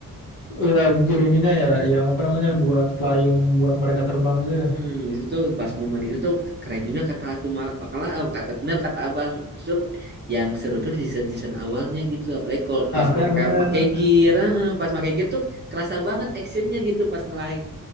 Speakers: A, on the left (about 85°); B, on the right (about 30°).
A: Oh ya gear ininya ya yang apa namanya buat flying buat mereka terbang itu
B: Mm-mm,
A: ya.
B: itu tuh pas momen itu tuh keren juga kata aku ma- makanya eh, kata benar kata abang itu yang seru tuh di season season awalnya gitu apalagi kalau
A: Nah
B: pas
A: kan
B: mereka
A: bener.
B: make gear eh, pas make gear tuh kerasa banget actionnya gitu pas ngelahin